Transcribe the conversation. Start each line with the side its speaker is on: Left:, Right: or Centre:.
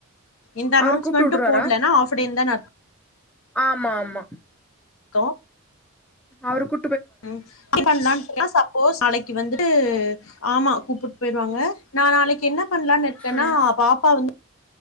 Left: எந்த அனோன்ஸ்மெண்ட்டு
Centre: அவரு கூப்ட்டு வுட்ருவாரா
Left: போடலான ஹாஃப டேன்தான அர்
Centre: ஆமா ஆமா
Left: தோ
Centre: அவரு கு
Left: ம் இப்ப <unintelligible> சப்போஸ் நாளிக்கு வந்து ந்து ஆமா கூப்பிட்டு போய்ருவாங்க நா நாளைக்கு என்ன பண்ணலான்னு இருக்கேன்னா
Centre: ம்
Left: பாப்பா வந்து